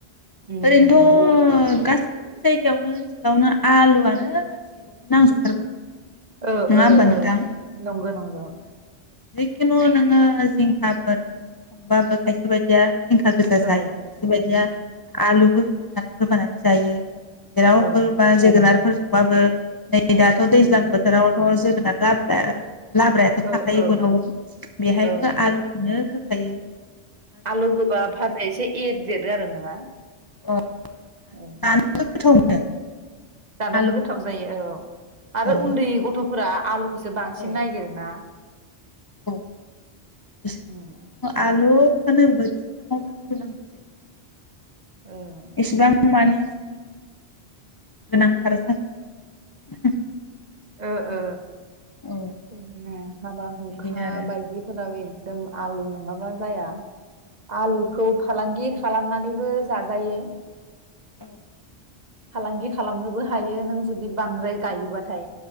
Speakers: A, on the right (about 45°); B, on the left (about 30°).
A: उम
B: ओरैनोथ'
A: उम
B: गा सै जायगायावनो ओनसोलावनो आलुआनो गासैयावबो नांजोबथारगौ।
A: ओ
B: नङा
A: ओ
B: होमबा नोंथां
A: ओ नंगौ नंगौं।
B: जिखिुनु नोङो जिंखाफोरजों संबाबो खायसे बायदिया जिंखा गोजा जायो
A: औ
B: खायसे बायदिया
A: उम
B: आलुबो होफाथानानै जायो। जेरावबो
A: औ
B: बा जोगोनारफोर बाबो दा नै दाथ'
A: उम
B: दैज्लां बोथोरावथ' जो लाब्राआरो लाब्रायाथ'
A: औ
B: थाखायो
A: औ
B: बनावबो बेहायबो
A: औ
B: आलुखौनो हो थायो।
A: आलु होबा भाजाया एसे एरदेरो आरो नोङा।
B: अ।
A: औ
B: जानो गोथाव मोनो।
A: जानोबो
B: आलुखौ
A: गोथाव जायो औ। आरो
B: औ
A: उन्दै गथ'फोरा आलु खौसो बांसिन
B: औ
A: नायगिरो ना।
B: औ बिसोनो
A: उम
B: आलु खोनो बोथिथामाव बाहायनो नांगौ जायो।
A: औ।
B: एसेबां मानि एसे गोनांथार <inaudible>
A: ओ ओ।
B: औ
A: बिदिनो हाबा हुखा
B: बिदिनो आरो
A: बायदिफोराव दोम आलु नङाबा जाया। आलुखौ फालांगि खालामनानैबो जाजायो।
B: औ।
A: फालांगि खालामनोबो हायो नों जुदि बांद्राय गायोबाथाय